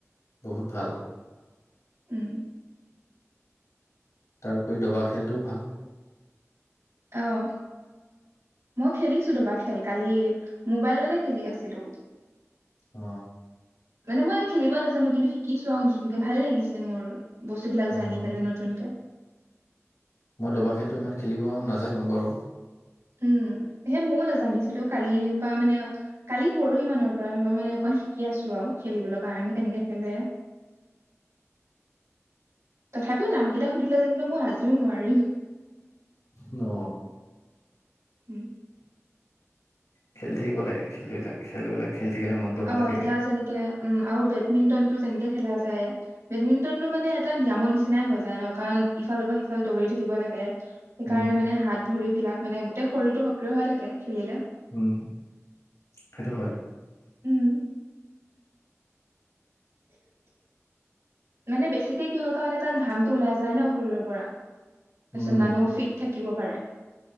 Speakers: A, on the left; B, on the right.
A: বহুত ভাল
B: উম
A: তাৰউপৰি দবা খেলটোও ভাল
B: আহ মই খেলিছো দেবা খেল কালি মোবাইলতে খেলি আছিলো
A: অ
B: মানে মই খেলিব নাজানো কিন্তু শিকিছো নতুনকে ভাল লাগিছে মোৰ বস্তু বিলাক
A: উম,
B: জানি কেলে নতুনকে
A: মই দবা খেলটো ইমান খেলিব নাজানো বাৰু
B: উম সেই ময়ো নাজানিছিলো কালিৰ পৰা মানে কালি পৰহি মানৰ পৰা ধৰ মানে অকণ শিকি আছো আৰু খেলিবলৈ কাৰণে কেনেকে খেলে তথাপিও নাম কেইটা সুধিলে যেনিবা মই আজিও নোৱাৰিম
A: অ
B: উম
A: খেলি থাকিব লাগে খেলবিলাক খেলবিলাক খেলি থাকিলে মনটো ভালে
B: অ
A: থাকে
B: এতিয়া যেনেকে উম আৰু বেডমিন্টন টো যেনেকে খেলা যায় বেডমিণ্টন টো মানে এটা ব্যম নিচিনা নিচিনাই হৈ যায় ন কাৰণ ইফালৰ পৰা সিফালে দৌৰি থাকিব লাগে সেইকাৰণে
A: উম
B: মানে হাত ভৰি বিলাক মানে গোটেই শৰীৰটো সক্ৰিয় হৈ থাকে খেলিলে
A: উম সেইটো হয়
B: উম মানে বেছিকে কিহৰ কাৰণে কাৰণ ঘামটো ওলাই যায় ন শৰীৰৰ পৰা তাৰপাছত
A: উম
B: মানুহো ফিট থাকে থাকিব পাৰে